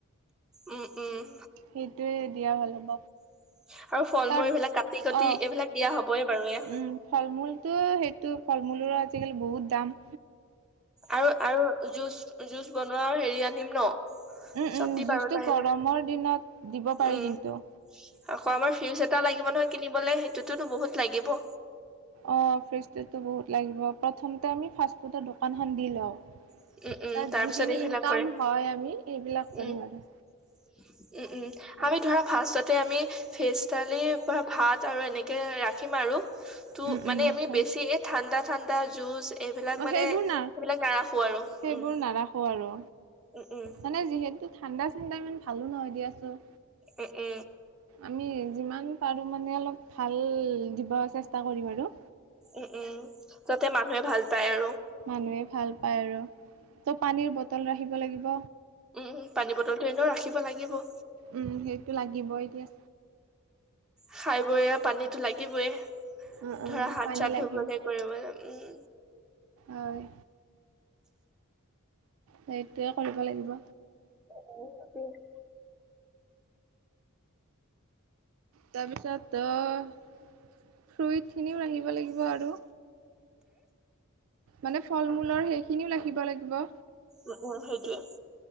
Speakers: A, in the centre; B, on the right (about 70°).
A: উম, উম।
B: সেইটোয়ে দিয়া হ'ল হ'ব।
A: <inaudible>
B: তাৰ
A: মূল এইবিলাক কাটি কাটি
B: অ'
A: এইবিলাক দিয়া হ'বই বাৰু এয়া
B: উম ফল মূলতটো সেইটো ফল মূলৰো আ আজিকালি বহুত দাম।
A: আৰু আৰু জুচ জুচ বনোৱা হেৰি আনিম ন'?
B: উম,
A: চব
B: উম,
A: দিম
B: জুচটো
A: আৰু লাহে
B: গৰমৰ
A: লাহে
B: দিনত দিব পাৰি
A: উম
B: কিন্তু।
A: আকৌ আমাৰ ফিজ এটা লাগিব নহয় কিনিবলে, সেইটোতোতো বহুত লাগিব।
B: অ' ফ্ৰিজটোতো বহুত লাগিব। প্ৰথমতে আমি ফাষ্টফুট দিম। দোকানখন দি লওঁ
A: উম উম
B: তাত
A: তাৰ
B: যিখিনি
A: পিছত এইবিলাক
B: ইনকাম
A: কৰে
B: হয় আমি সেইবিলাক কৰিম
A: উম
B: আৰু।
A: উম, উম।
B: অ
A: আমি ধৰা ফাষ্টতে আমি ফেজ দালিৰপৰা ভাত আৰু এনেকে ৰাখিম আৰু। তো
B: উম উম
A: মানে আমি
B: হয়
A: বেছি এই ঠাণ্ডা ঠাণ্ডা জুচ এইবিলাক মানে
B: সেইবোৰ না
A: সেইবিলাক নাৰাখো আৰু
B: সেইবোৰ
A: উম
B: নাৰাখো আৰু।
A: উম উম
B: মানে যিহেতু ঠাণ্ডা চাণ্ডা ইমান ভালো নহয় দিয়াচুন।
A: উ, উ।
B: আমি যিমান পাৰোঁ মানে অলপ ভাল দিব চেষ্টা কৰিম আৰু।
A: উ, উ। যাতে মানুহে ভাল পায় আৰু।
B: মানুহে ভাল পায় আৰু। ত' পানীৰ বটল ৰাখিব লাগিব।
A: উম, পানী বটলটো এনেও ৰাখিব লাগিব।
B: উম, সেইটো লাগিবই দিয়া।
A: খাই বই পানীতো লাগিবয়ে,
B: উম
A: ধৰা
B: উম
A: হাত
B: পানী
A: চাত
B: লাগিব
A: ধুবলৈ। কৰিবলে উম।
B: হয়, সেইটোৱে কৰিব লাগিব।
A: <unintelligible>
B: তাৰপিছত তই ফ্ৰুইটখিনিও আনিব লাগিব আৰু। মানে ফল মূলৰ সেইখিনিও ৰাখিব লাগিব।
A: উ, উ, সেইটোৱে।